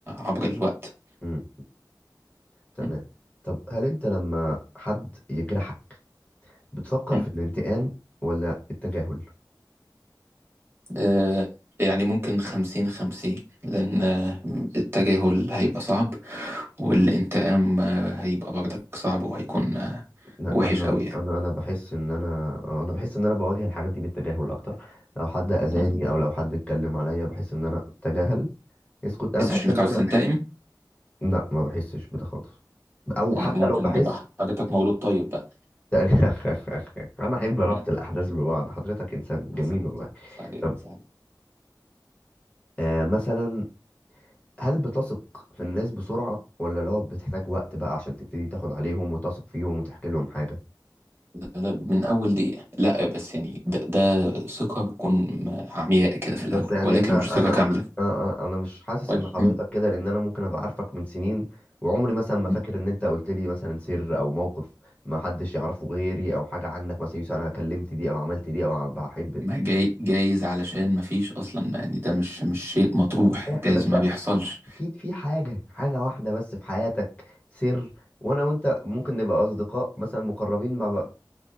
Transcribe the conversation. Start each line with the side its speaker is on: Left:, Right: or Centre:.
Right: عبر الوقت
Left: مم. تمام
Right: م-
Left: طب هل أنت لما حد يجرحك بتفكر
Right: م.
Left: في الانتقام ولا التجاهل؟
Right: آه، يعني ممكن خمسين خمسين لأن آه، التجاهل هيبقى صعب والانتقام آه، هيبقى برضك صعب وهيكون آه،
Left: لا،
Right: وحش
Left: انا
Right: قوي يعني
Left: انا انا بحس ان انا آه، انا بحس ان انا بواجه الحاجات دي بالتجاهل اكتر لو حد اذاني
Right: م.
Left: او لو حد اتكلم عليا بحس ان انا تجاهل اسكت انا
Right: بس
Left: بحس
Right: عشان
Left: ان
Right: انك عاوز
Left: انا
Right: تنتقم
Left: لا ما بحسش بده خالص او
Right: م،
Left: حتى
Right: ممكن
Left: لو بحس
Right: يبقى حاجتك مولود طيب بقى
Left: تقريبا <laughs> انا احب ربط
Right: <laughs>
Left: الاحداث ببعض حضرتك انسان جميل
Right: صحيح
Left: والله
Right: صحيح
Left: طب
Right: صحيح
Left: آه مثلا هل بتثق في الناس بسرعة ولا لو بتحتاج وقت بقى عشان تبتدي تاخد عليهم وتثق فيهم وتحكي لهم حاجة
Right: لا لا، من أول دقيقة لا بس يعني ده, ده ثقة بتكون عمياء كده في الأول
Left: بس يعني
Right: ولكن
Left: انا
Right: مش ثقة
Left: انا
Right: كاملة
Left: آه، آه، انا مش حاسس
Right: وال-
Left: ان حضرتك
Right: مم.
Left: كده لان انا ممكن ابقى عارفك من سنين وعمري مثلا ما
Right: مم.
Left: فاكر ان انت قلت لي مثلا سر او موقف ما حدش يعرفه غيري او حاجه عنك مثلا يوسف انا كلمت دي او عملت دي او بحب
Right: <laughs> ما جاي جايز علشان ما فيش أصلا ما يعني ده مش مش شيء مطروح
Left: أنا فاهم،
Right: جايز
Left: بس
Right: ما بيحصلش
Left: اكيد في حاجه حاجه واحده بس في حياتك سر وانا وانت ممكن نبقى اصدقاء مثلا مقربين مع بقى.